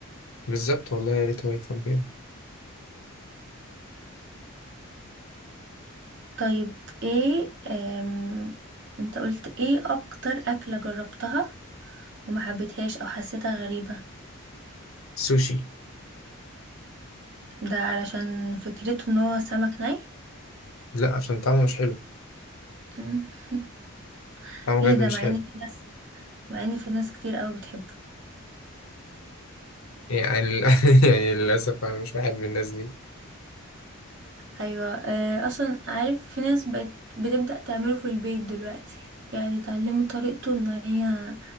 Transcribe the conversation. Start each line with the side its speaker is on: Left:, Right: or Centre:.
Left: بالظبط والله يا ريت هو يفهم كده
Right: طيب ايه أم... انت قلت ايه اكتر اكلة جربتها وما حبيتهاش او حسيتها غريبة
Left: سوشي
Right: ده علشان فكرته ان هو سمك ني
Left: لا عشان طعمه مش حلو
Right: مم. <laughs>
Left: طعمه
Right: ليه
Left: بجد
Right: ده
Left: مش
Right: مع
Left: حلو
Right: ان في ناس مع ان في ناس كتير قوي بتحبه
Left: يعني لل- <laughs> يعني للأسف أنا مش واحد من الناس دي
Right: ايوه آه، اصلا عارف في ناس بقت بتبدأ تعمله في البيت دلوقتي يعني اتعلموا طريقته ان هي